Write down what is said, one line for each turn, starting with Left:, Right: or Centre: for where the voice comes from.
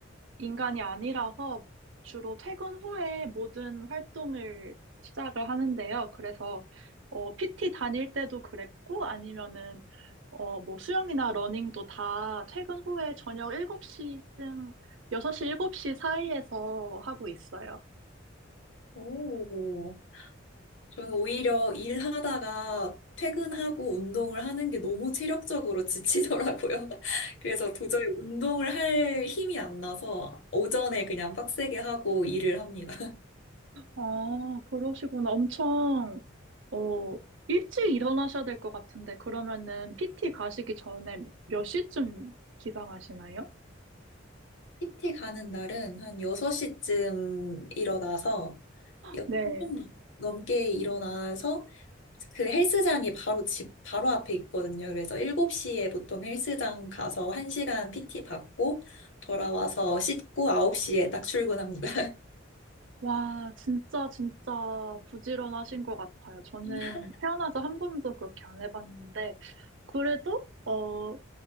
Right: 인간이 아니라서 주로 퇴근 후에 모든 활동을 시작을 하는데요. 그래서 어, PT 다닐 때도 그랬고 아니면은 어, 뭐 수영이나 러닝도 다 퇴근 후에 저녁 일곱 시쯤 여섯 시쯤 6시, 7시 사이에서 하고 있어요.
Left: 오. 저는 오히려 일하다가 퇴근하고 운동을 하는 게 너무 체력적으로 지치더라고요. <laughs> 그래서 도저히 운동을 할 힘이 안 나서 오전에 그냥 빡세게 하고 일을 합니다.
Right: 아, 그러시구나. 엄청 어, 일찍 일어나셔야 될 것 같은데 그러면은 PT 가시기 전에 몇 시쯤 기상하시나요?
Left: <laughs> PT 가는 날은 한 6시쯤 일어나서 6시
Right: 네.
Left: 좀 넘- 넘게 일어나서 그 헬스장이 바로 집 바로 앞에 있거든요. 그래서 7시에 보통 헬스장 가서 1시간 PT 받고 돌아와서 씻고 9시에 딱 출근합니다.
Right: 와, 진짜, 진짜 부지런하신 것 같아요. 저는
Left: <laughs>
Right: 태어나서 한 번도 그렇게 안 해봤는데, 그래도, 어,